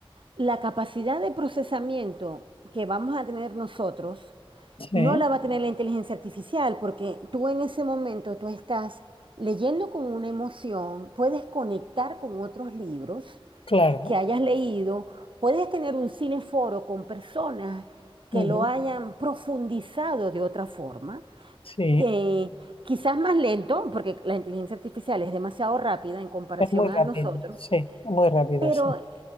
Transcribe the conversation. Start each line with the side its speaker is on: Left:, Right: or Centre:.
Right: la capacidad de procesamiento que vamos a tener nosotros
Left: sí,
Right: no la va a tener la inteligencia artificial, porque tú en ese momento, tú estás leyendo con una emoción, puedes conectar con otros libros
Left: claro.
Right: que hayas leído, puedes tener un cineforo con personas que
Left: Ujú,
Right: lo hayan profundizado de otra forma,
Left: Sí,
Right: que quizás más lento, porque la inteligencia artificial es demasiado rápida en comparación
Left: es muy rápido,
Right: a nosotros,
Left: sí, muy rápida,
Right: pero,
Left: sí.